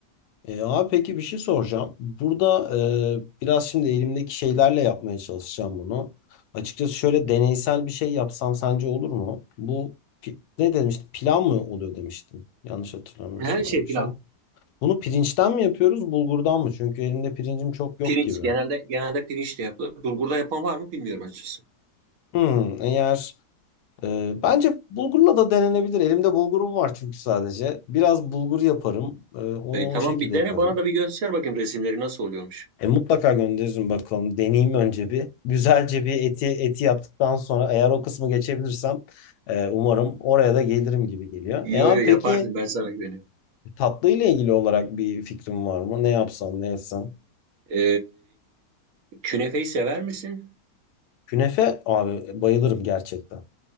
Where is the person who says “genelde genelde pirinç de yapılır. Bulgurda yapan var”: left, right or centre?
Right